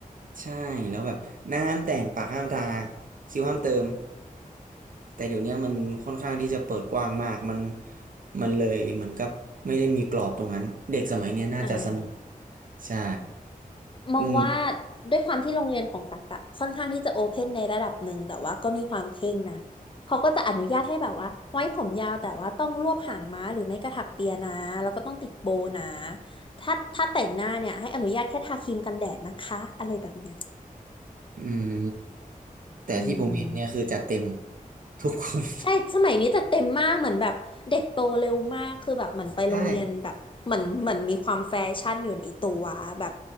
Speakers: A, on the right; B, on the left.
A: ใช่แล้วแบบหน้าห้ามแต่งปากห้ามทาคิ้วห้ามเติมแต่เดี๋ยวเนี้ยมันค่อนข้างที่จะเปิดกว้างมากมันมันเลยเหมือนกับไม่ได้มีกรอบตรงนั้นเด็กสมัยเนี้ยน่าจะสนุก
B: อ่า
A: ใช่
B: มองว่า
A: อืม
B: ด้วยความที่โรงเรียนของตักอะค่อนข้างที่จะโอเพนในระดับหนึ่งแต่ว่าก็มีความเคร่งนะเขาก็จะอนุญาตให้แบบว่าไว้ผมยาวแต่ว่าต้องรวบหางม้าหรือไม่กระถักเปียนะแล้วก็ต้องติดโบว์นะถ้าถ้าแต่งหน้าเนี่ยให้อนุญาตแค่ทาครีมกันแดดนะคะอะไรแบบเนี้ย
A: อืม แต่ที่ผมเห็นเนี่ยคือจัดเต็ม
B: อืม
A: <laughs> ทุกคน
B: ใช่สมัยนี้จะเต็มมากเหมือนแบบเด็กโตเร็วมากคือแบบเหมือนไปโรงเรียนแบบเหมือนเหมือนมีความแฟชั่นอยู่ในตัวแบบ
A: <laughs> ใช่